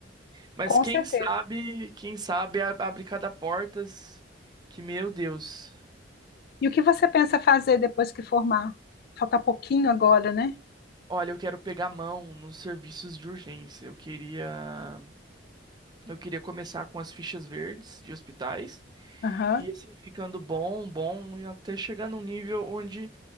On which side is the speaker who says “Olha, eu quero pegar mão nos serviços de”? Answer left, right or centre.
Right